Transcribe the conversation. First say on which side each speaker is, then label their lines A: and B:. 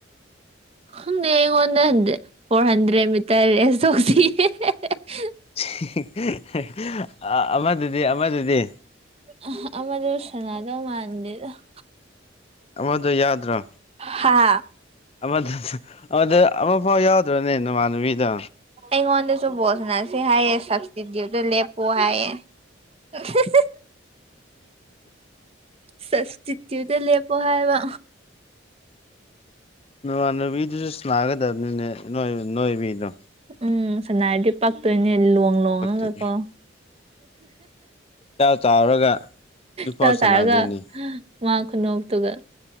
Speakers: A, on the right (about 30°); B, on the left (about 30°).
A: ꯈꯪꯅꯦ ꯑꯩꯉꯣꯟꯗ ꯐꫭꯔ ꯍꯟꯗ꯭ꯔꯦꯠ ꯃꯤꯇꯔ ꯔꯦꯁ ꯇꯣꯛꯁꯦ ꯌꯦ ꯍꯦ-ꯍꯦ-ꯍꯦ-ꯑꯦ
B: ꯆꯦ-ꯍꯤ-ꯍꯤ ꯑꯃꯗꯨꯗꯤ-ꯑꯃꯗꯨꯗꯤ
A: ꯑꯥ-ꯍ ꯑꯃꯗꯨꯁꯅꯥꯗꯧ ꯃꯥꯟꯗꯦꯗ ꯍꯥ
B: ꯑꯃꯗ ꯌꯥꯗ꯭ꯔꯣ
A: ꯍꯥ
B: ꯑꯃꯗ ꯑꯃꯗ ꯑꯃꯐꯥꯎ ꯌꯥꯎꯗ꯭ꯔꯅꯦ ꯅꯨꯃꯅꯨꯕꯤꯗ
A: ꯑꯩꯉꯣꯟꯗꯁꯨ ꯕꯣꯜ ꯁꯅꯁꯦ ꯍꯥꯏꯌꯦ ꯁꯞꯁ꯭ꯇꯤꯇꯨꯠ ꯂꯦꯞꯄꫭ ꯍꯥꯏꯌꯦ ꯏꯍꯤ-ꯍꯤꯏ ꯁ꯭ꯕꯁꯇꯤꯇꯨꯠꯇ ꯂꯦꯞ ꯄꯣ ꯍꯥꯏꯥꯏꯕ
B: ꯅꯃꯥꯟꯅꯕꯤꯗꯨꯁꯨ ꯁꯅꯥꯒꯗꯕꯅꯤꯅꯦ ꯅꯣꯏꯕꯤꯗꯣ
A: ꯎꯝ ꯁꯅꯥꯔꯗꯤ ꯄꯛꯇꯧꯅꯦ ꯂꯣꯡ-ꯂꯣꯡꯉꯒ
B: ꯐꯛꯇꯦꯅꯤ
A: ꯀꯣ
B: ꯏꯆꯥꯎ ꯆꯥꯎꯔꯒ ꯑꯗꯨꯐꯥꯎ
A: ꯆ
B: ꯁꯅꯥꯗꯦꯅꯦ
A: ꯆꯔꯒ ꯃꯥ ꯈꯨꯅꯣꯛꯇꯨꯒ